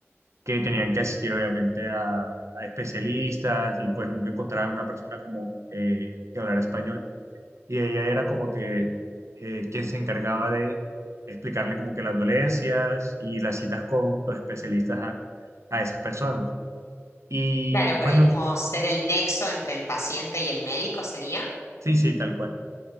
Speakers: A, on the right; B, on the left.
A: que tenían que asistir obviamente a, a especialistas y pues nunca encontraban una persona como eh, que hablara español. Y ella era como que eh, quien se encargaba de explicarle como que las dolencias y las citas con los especialistas a, a esas personas. Y
B: Claro, por
A: pues
B: ahí
A: no,
B: como ser el nexo entre el paciente y el médico sería.
A: sí, sí, tal cual.